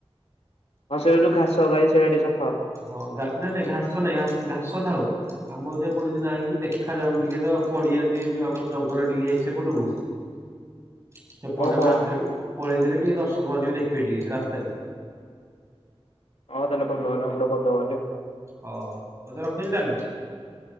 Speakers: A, on the left; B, on the right.
A: ହଁ ସେଇରା ଯୋଉ ଘାସ ଗୁରା ହେଇଚି ସେଟା ଟିକେ ସ
B: ହଁ ନାଇଁ ନାଇଁ ଘାସ ନାଇଁ ଘା ଘାସ ଥାଉ। ଆମର ଏପଟେ ନାହିଁ ଦେଖାଯ ଯାଉନି ଟିକେ ତ ପଡିଆ ଟିକେ ଯୋଉ ଆମ ଜଙ୍ଗଲ ଟିକେ ହେଇଛି ସେପଟକୁ।
A: <unintelligible>
B: ସେପଟେ
A: ଓହୋ
B: ମାରିଦେଲି ପଳେଇ ଦେଲି ଟିକେ ଦର୍ଶ ଲୋକମାନେ ବି ଦେଖିବେ ଟିକେ ରାସ୍ତାରୁ।
A: ହଁ ତାହଲେ ଭଲ ହେଲା ଏପଟେ କରିଦେବା କାଲି।
B: ହଉ ଆଉ ରଖୁଛି ତାହେଲେ।